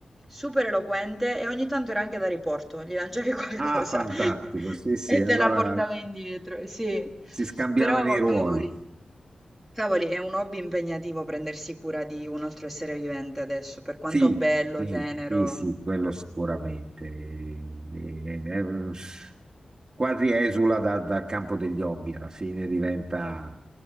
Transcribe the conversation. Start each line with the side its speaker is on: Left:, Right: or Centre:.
Centre: Super eloquente e ogni tanto era anche da riporto, gli lanciavi <laughs> qualcosa
Right: Ah, fantastico, sì, sì,
Centre: e
Right: allora
Centre: te la portava indietro, sì.
Right: si scambiavano
Centre: Però,
Right: i ruoli.
Centre: cavoli. Cavoli, è un hobby impegnativo prendersi cura di un altro essere vivente adesso, per quanto
Right: Sì,
Centre: bello,
Right: sì,
Centre: tenero.
Right: sì, sì, quello sicuramente. E- e- è un- quasi esula da- dal campo degli hobby, alla fine diventa